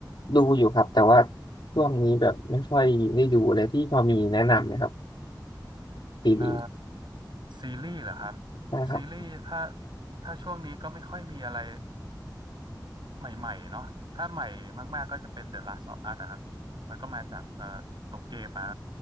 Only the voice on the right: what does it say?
เอ่อซีรีส์เหรอครับ
ซีรีส์ถ้าถ้าช่วงนี้ก็ไม่ค่อยมีอะไร ใหม่ๆเนาะถ้าใหม่มากๆก็จะเป็น The Last of Us อะครับ มันก็มาจากเอ่อตัวเกมมา